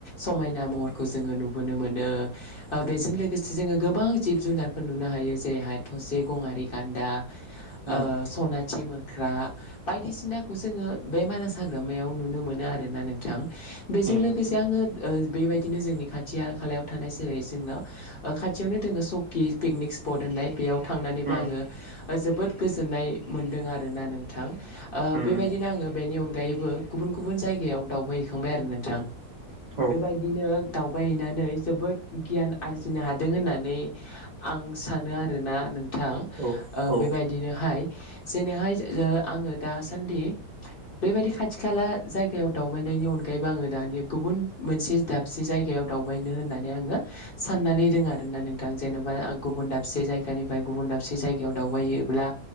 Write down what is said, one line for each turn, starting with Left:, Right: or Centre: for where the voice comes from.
Left: समायना मह फोरखौ जोङो नुुबोनो मोनो ओ बेजों लोगोसे जोङो गोबां जिब जुनारफोर नुनो हायो जेरैहाय थसे गंआरि गान्दा
Right: उम
Left: ओ
Right: उम
Left: सनाथि मोख्रा बायदिसिना खौ जोङो बे मानास हाग्रामायाव नुनो मोनो आरोना नोंथां बेजों
Right: उम
Left: लोगोसे आङो ओ बे बेबायदिनो जोंनि खाथिया खालायाव थानाय जेरै जोंनाव ओ खाथियावनो दोङो सकि पिकनिक स्पट होननाय। बेयाव थांनानैबो
Right: उम
Left: आङो जोबोद गोजोन्नाय मोनदों आरोना नोंथां ओ
Right: उम
Left: बेबायदिनो आङो बेनि अनगायैबो गुबुन गुबुन जायगायाव दावबाय हैैखांबाय आरो नोंथां।
Right: उम औ
Left: बेबायदिनो दावबायहैनानै जोबोद गियान आरजिनो हादों होननानै आं सानो आरोना। नोंथां
Right: औ
Left: ओ
Right: औ
Left: बेबायदिनोहाय जैनेहाय ओ आङो दा सानदि बेबायदि खाथि खाला जायगायाव दावबायनायनि अनगायैबो आङो दानि गुबुन मोनसि दाबसे जायगायाव दावबायनो होननानै आङो साननानै दोङो आरो ना नोंथां जेन'बा आं गुबुन दाब से जायगानिफ्राय गुबुन दाबसे जायगायाव दावबायहैयोब्ला